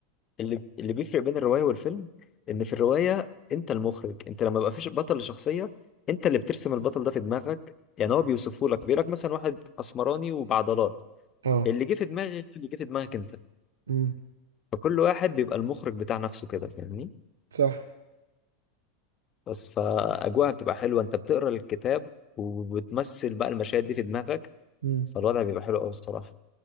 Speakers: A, on the left (about 35°); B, on the right (about 75°).
A: اللي اللي بيفرق بين الرواية والفيلم ان في الرواية انت المخرج انت لما بقى فيش بطل لشخصية انت اللي بترسم البطل ده في دماغك يعني هو بيوصفه لك بيقول لك مثلا واحد اسمراني وبعضلات
B: اه
A: اللي جه في دماغك اللي جه في دماغك انت
B: امم
A: فكل واحد بيبقى المخرج بتاع نفسه كده فاهمني
B: صح
A: بس فأجواءها بتبقى حلوة انت بتقرا الكتاب وبتمثل بقى المشاهد دي في دماغك
B: امم
A: فالوضع بيبقى حلو قوي الصراحة